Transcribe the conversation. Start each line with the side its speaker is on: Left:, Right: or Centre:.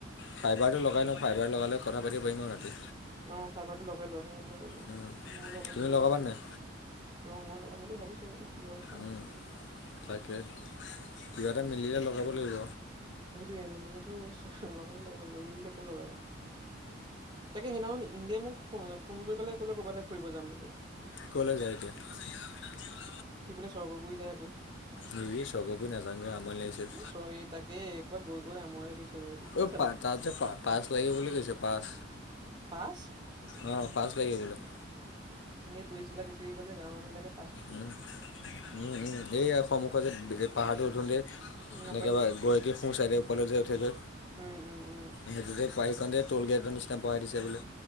Left: ফাইবাৰটো লগাই নক ফাইবাৰ লগালে কথা পাতিব পাৰিম আৰু ৰাতি
Right: অ' ফাইবাৰ টো লগাই লোৱা, ফাৰ লগাই লোৱা
Left: উম,
Right: ময় লগাম
Left: তুমি
Right: বুলি
Left: লগাবা
Right: ভাবিছো।
Left: নাই
Right: অ' মই লগাম বুলি ভাবিছো জানো কি হল এটা।
Left: উম, তাকে কিবা এটা মিলে লগাব লাগিব।
Right: সেইটোয়ে মিলিলেটো চব লগাব লাগিব, নিমিলিলে ক'ত লগাবা। তাকে, সেইদিনাখন ইন্দে মোক ফোএ ফোন কৰি পেলাই কলে কবালৈ ফুৰিব যাম বুলি।
Left: কলে, যায় এতিয়া <unintelligible>
Right: সি বোলে সৰ্গ পুৰি যায় আকৌ।
Left: ৰি সৰ্গ পুৰি নেজাওঁগৈ আমনি লাগিছে।
Right: এ চৰি <unintelligible> গৈ গৈ আমুৱাই গৈছে। গৈ কি
Left: অ'
Right: যাবা
Left: পা তাত যে পা পাছ লাগিব বুলি কৈছে পাছ
Right: পাছ
Left: অ' পাছ লাগিব বোলে পা
Right: <unintelligible> বিচাৰি গ'লে গাঁৱৰ মানুহবিলাকে
Left: উম উম উম এইয়া সমূখতে যে পাহাৰটো উঠোতে।
Right: গম
Left: একেবাৰে
Right: পাইছো
Left: গৈকী সো চাইডে, ওপাললৈ যে উঠে যে
Right: উম উম উম
Left: সেইটোজে পাইছনে। টো'ল গেটৰ নিচিনা বঢ়াই দিছে বোলে,